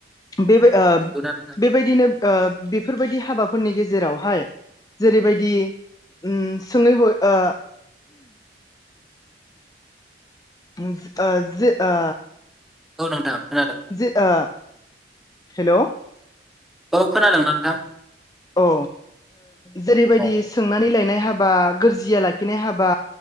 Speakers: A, on the left; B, in the centre.
A: बेबाय--।
B: अ
A: ओब
B: नंगौना नोंथां
A: बेबायदिनो। ओब बेफोरबायदि हाबाफोरनि गेजेरावहाय जेरैबायदि। उम सोङै हयै ओ ओ जोओ।
B: औ नोंथां। खोनादों
A: जे ओ हेलौ।
B: औ खोनादोंना नोंथां।
A: अ ओ जेरैबायदि
B: औ
A: सोंनानै लायनाय। हाबा गोरजिया लाखिनाय हाबा